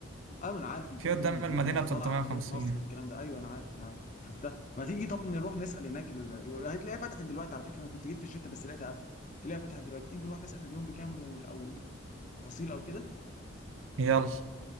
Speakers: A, on the left (about 35°); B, on the right (about 70°).
A: أيوة أنا عارف إن في
B: في
A: قدام
B: قدام
A: المدينة
B: المدينة
A: وأنت
B: ب
A: طالع
B: 350
A: على مدينة نصر والكلام ده أيوة أنا عارف أنا عارف شفتها ما تيجي طب نروح نسأل هناك ال... هتلاقيها فتحت دلوقتي على فكرة أنا كنت جيت في الشتاء بس لقيتها قافلة تلاقيها فتحت دلوقتي تيجي نروح نسأل اليوم بكام وال- أو تفاصيل أو كده
B: يلا